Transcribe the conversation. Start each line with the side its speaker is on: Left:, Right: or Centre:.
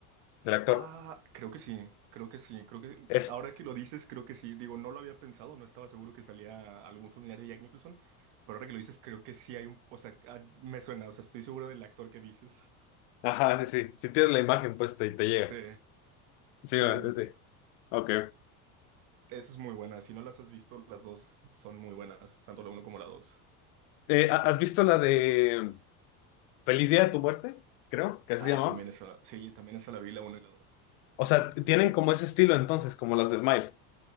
Left: del actor.
Right: Ah, creo que sí, creo que sí, creo que
Left: Es.
Right: ahora que lo dices, creo que sí. Digo, no lo había pensado, no estaba seguro que salía algún familiar de Jack Nicholson, pero ahora que lo dices, creo que sí hay un, o sea, ah, me suena, o sea, estoy seguro del actor que dices.
Left: Ajá, sí, sí. Si tienes la imagen, pues te, te llega.
Right: Sí,
Left: Sí,
Right: sí,
Left: ¿verdad?
Right: sí, sí.
Left: sí. sí. Ok.
Right: Esa es muy buena. Si no las has visto, las dos son muy buenas, tanto la uno como la dos.
Left: Eh, ¿ha- ¿has visto la de Feliz Día de tu Muerte? Creo que así
Right: Ah,
Left: se llamaba.
Right: también esa. Sí, también esa la vi, la uno y la dos.
Left: O sea, tienen como ese estilo entonces, como las de Smile.